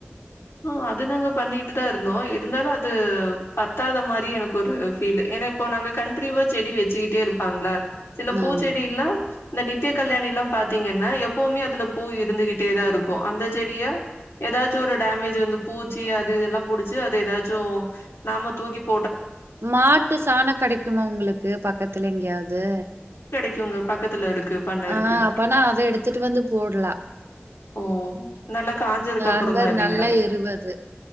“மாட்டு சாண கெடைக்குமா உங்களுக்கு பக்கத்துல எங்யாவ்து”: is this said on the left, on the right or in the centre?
Right